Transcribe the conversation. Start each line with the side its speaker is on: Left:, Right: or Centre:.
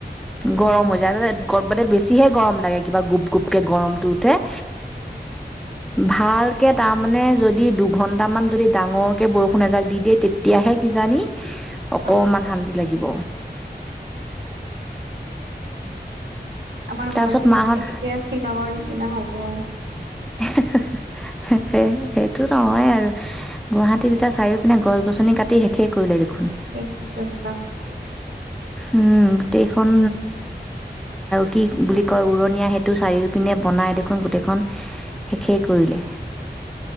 Centre: গৰম হৈ যায়, <unintelligible> মানে বেছিহে গৰম লাগে, কিবা গুপ, গুপ কে গৰমটো উঠে।
Right: উম।
Centre: ভালকে তাৰমানে যদি দুঘণ্টামান যদি ডাঙৰকে বৰষুণ এজাক দি দিয়ে তেতিয়াহে কিজানি
Right: <inaudible>
Centre: অকণমান শান্তি লাগিব।
Right: আমাৰ গুৱাহাটীখন
Centre: তাৰপিছত মাহত
Right: যে কেতিয়া শ্বিলঙৰ নিচিনা হ'ব!
Centre: <unintelligible> সেইটো নহয় আৰু। গুৱাহাটীত এতিয়া চাৰিও পিনে গছ গছনি কাটি শেষেই কৰিলে দেখোন!
Right: একে তহিলং গোটেই!
Centre: উম, গোটেইখন কি বুলি কয়, উৰণীয়া সেতু, চাৰিও পিনে বনাই দেখোন গোটেইখন শেষেই কৰিলে।